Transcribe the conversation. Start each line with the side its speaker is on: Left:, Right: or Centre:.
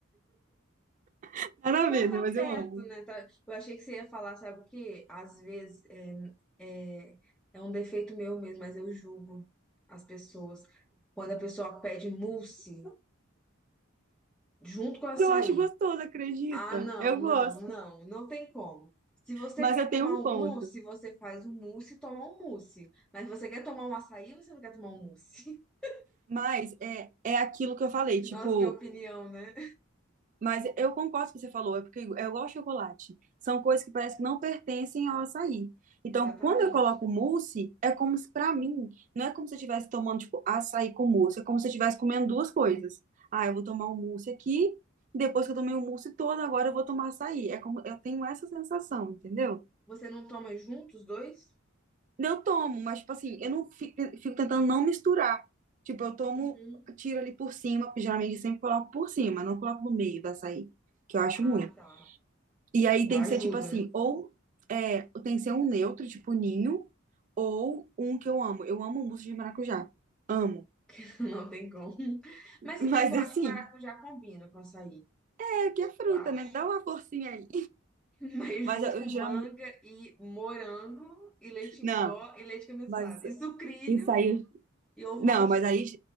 Right: <laughs> Nada a
Centre: Mas
Right: ver,
Centre: tá
Right: né? Mas
Centre: perto,
Right: eu amo.
Centre: né? Tá- Eu achei que você ia falar, sabe o quê? Às vezes é, é, é um defeito meu mesmo, mas eu julgo as pessoas. Quando a pessoa pede mousse junto com
Right: Mas
Centre: açaí.
Right: eu acho gostoso, acredita?
Centre: Ah, não,
Right: Eu gosto.
Centre: não, não, não tem como. Se você
Right: Mas
Centre: quer
Right: eu tenho
Centre: tomar
Right: um
Centre: um
Right: ponto.
Centre: mousse, você faz um mousse e toma um mousse. Mas se você quer tomar um açaí, você não quer tomar um mousse. <laughs>
Right: Mas é, é aquilo que eu falei, tipo.
Centre: Nossa, que opinião, né?
Right: Mas eu concordo com o que você falou, é porque eu gosto de chocolate. São coisas que parece que não pertencem ao açaí. Então,
Centre: Exatamente.
Right: quando eu coloco mousse, é como se, pra mim, não é como se eu estivesse tomando, tipo, açaí com mousse, é como se eu estivesse comendo duas coisas. Ah, eu vou tomar um mousse aqui, depois que eu tomei o mousse todo, agora eu vou tomar açaí. É como, eu tenho essa sensação, entendeu?
Centre: Você não toma junto os dois?
Right: Eu tomo, mas, tipo assim, eu não fico, fico tentando não misturar. Tipo, eu tomo,
Centre: Uhum.
Right: tiro ali por cima, porque geralmente eu sempre coloco por cima, não coloco no meio do açaí, que eu acho
Centre: Ah,
Right: ruim.
Centre: tá.
Right: E aí
Centre: Já
Right: tem que
Centre: ajuda,
Right: ser tipo assim, ou é, tem que ser um neutro, tipo ninho, ou um que eu amo. Eu amo mousse de maracujá. Amo.
Centre: <laughs> Não tem como.
Right: <laughs>
Centre: Mas
Right: Mas
Centre: se bem que eu
Right: assim,
Centre: acho que maracujá combina com açaí,
Right: é que é fruta,
Centre: eu acho.
Right: né? Dá uma forcinha aí.
Centre: <laughs> Mas
Right: Mas
Centre: junto
Right: eu,
Centre: com
Right: eu
Centre: manga
Right: geralmente.
Centre: e morango e leite em
Right: Não,
Centre: pó e leite condensado.
Right: mas
Centre: E sucrilho
Right: isso aí.
Centre: e ovo
Right: Não,
Centre: maltine.
Right: mas aí